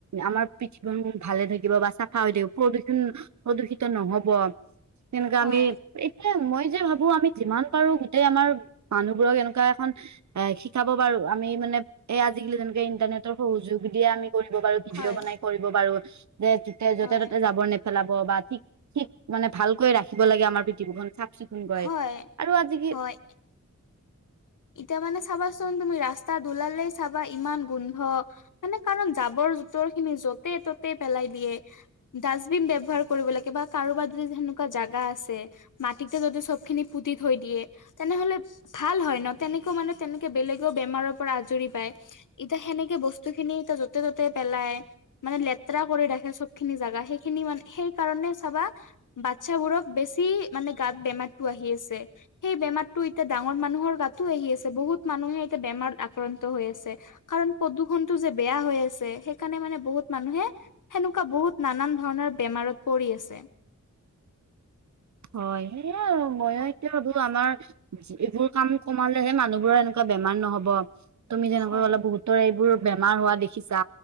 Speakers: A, on the right; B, on the left.
A: আমাৰ পৃথিৱীখন ভালে থাকিব, বা চাফা হৈ থাকিব, প্ৰদূষণ, প্ৰদূষিত নহব। তেনেকে
B: হয়
A: আমি মই যে ভাবোঁ, আমি যিমান পাৰোঁ গোটেই আমাৰ, মানুহবোৰক এনেকুৱা এখন এ শিকাব পাৰো, আমি মানে এই আজিকালি যেনেকে, ইণ্টাৰনেটৰ সহযোগ দিয়েই আমি কৰিব পাৰো, ভিডিঅ'
B: হয়
A: বনাই কৰিব পাৰোঁ, যে, য'তে ততে
B: হয়
A: জাৱৰ নে পেলাব, বা ঠিক, ঠিক মানে ভালকৈ ৰাখিব লাগে আমাৰ পৃথিৱীখন, চা চিকুণ কৈ,
B: হয়
A: আৰু আজি কি
B: হয় এতিয়া মানে চাবাচোন, তুমি ৰাস্তা ওলালেই চাবা, ইমান গোন্ধ। মানে কাৰণ জাবৰ জোথৰ খিনি, য'তে ত'তেই পেলাই দিয়ে। ডাষ্টবিন ব্যৱহাৰ কৰিব লাগে, বা কাৰোবাৰ যদি সেনেকুৱা জাগা আছে, মাটিতে যদি চবখিনি পুতি থৈ দিয়ে, তেনেহ'লে ভাল হয় ন, তেনেকৈও মানে তেনেকে বেলেগও বেমাৰৰ পৰা আজৰি পায়। এতিয়া সেনেকে বস্তুখিনি এতিয়া য'তে-ত'তে পেলায়। মানে লেতেৰা কৰি ৰাখে চব খিনি জাগা। সেইখিনি মানে সেইকাৰণে চাবা বাচ্ছাবোৰক বেছি মানে গাত বেমাৰটো আহি আছে। সেই বেমাৰটো এতিয়া ডাঙৰ ডাঙৰ মানুহৰ গাতো আহি আছে। বহুত মানুহে এতিয়া বেমাৰত আক্ৰান্ত হৈ আছে। কাৰণ প্ৰদূৰ্ষণতো যে বেয়া হৈ আছে। সেইকাৰণে মানে বহুত মানুহে সেনেকুৱা বহুত না-নান ধৰণৰ বেমাৰত পৰি আছে।
A: হয়, সেয়াই আৰু। ময়ো এতিয়া ভাবো আমাৰ ইবোৰ কাম কমালেহে মানুহবোৰৰ এনেকুৱা বেমাৰ নহ'ব। তুমি যেনেকৈ
B: হয়
A: ক'লা বহুতৰ এইবোৰ বেমাৰ হোৱা দেখিছা।